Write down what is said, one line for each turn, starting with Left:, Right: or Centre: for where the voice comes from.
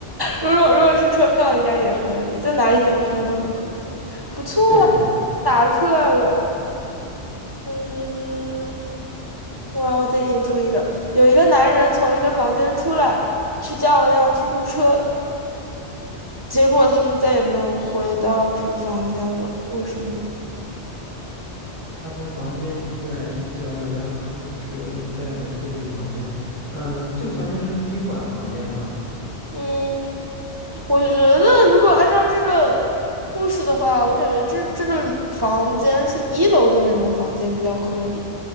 Right: 如果如果是车票，应该也合理，在哪里检票都很合理。不错，
Left: <laughs> 对对。
Right: 答出来了。嗯，我要再给你出一个：有一个男人从一个房间出来，去叫了一辆出租车，结果他就再也没有回到这个房间了。为什么？
Left: 他从房间出来去叫了一辆出租车，他就再也没回这个房间。嗯，这个房间是宾馆房间吗？
Right: 嗯，我觉得如果按照这个故事的话，我感觉这这个房间是一楼的那种房间比较合理。